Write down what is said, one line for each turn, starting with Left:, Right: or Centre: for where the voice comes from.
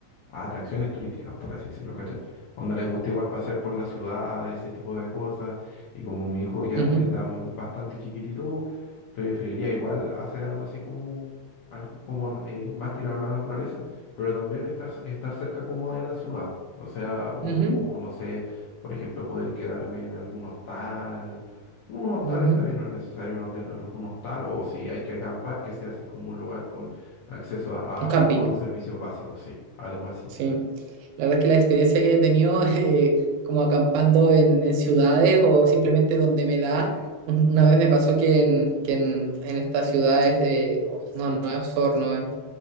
Left: a atracciones turísticas, por así decirlo, ¿cachai? Onda les gusta igual pasear por la ciudad, ese tipo de cosas, y como mi hijo ya
Right: ujú,
Left: está bastante chiquitito, preferiría igual hacer algo así como algo como eh, más tirado a la naturaleza, pero también estar, estar cerca como de la ciudad. O sea, o,
Right: ujú,
Left: o no sé, por ejemplo, poder quedarme en algún hostal. Un hostal
Right: ujú.
Left: está bien, no es necesario un hotel, algún hostal, o si hay que acampar, que sea así como un lugar con acceso a, a-
Right: Un camping.
Left: a todos los servicios básicos, sí, algo así.
Right: Sí, la verdad es que la experiencia que he tenido <laughs> eh, como acampando en, en ciudades o simplemente donde me da, un- una vez me pasó que en, que en, en estas ciudades, de, oh, no, no es Osorno, es